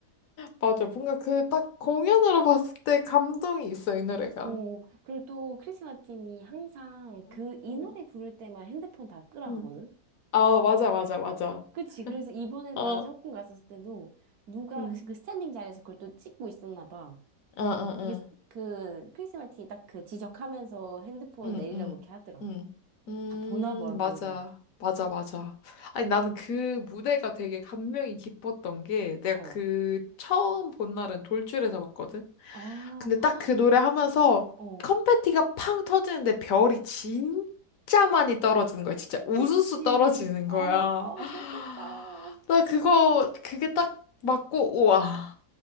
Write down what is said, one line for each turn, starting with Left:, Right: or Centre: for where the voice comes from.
Left: 맞아. 뭔가 그 딱 공연으로 봤을 때 감동이 있어, 이 노래가.
Right: 어 그리고 또 크리스 마틴이 항상
Left: 응,
Right: 그 이
Left: 응.
Right: 노래 부를 때만 핸드폰 다 끄라
Left: 응.
Right: 하거든.
Left: 아, 맞아, 맞아, 맞아.
Right: 그치. 그래서 이번에
Left: 어,
Right: 나 적군 갔었을 때도 누가
Left: 응.
Right: 그 스탠딩 자리에서 그걸 또 찍고 있었나 봐.
Left: 어, 어,
Right: 그래서
Left: 어.
Right: 그 크리스 마틴이 딱 그 지적하면서 핸드폰
Left: 응,
Right: 내리라고
Left: 응,
Right: 이렇게 하더라.
Left: 응. 음,
Right: 다 보나 봐 그거를.
Left: 맞아. 맞아, 맞아. 아니, 나는 그 무대가 되게 감명이 깊었던 게, 내가
Right: 어.
Left: 그 처음 본 날은 돌출에서 봤거든?
Right: 아,
Left: 근데
Right: <gasps>
Left: 딱 그 노래 하면서
Right: 어,
Left: 컴패티가 팡 터지는데 별이 진짜 많이 떨어지는 거야. 진짜 우수수
Right: 그치.
Left: 떨어지는
Right: 아,
Left: 거야.
Right: 아,
Left: <gasps> <sighs>
Right: 좋겠다.
Left: 나 그거, 그게 딱 맞고, 우와.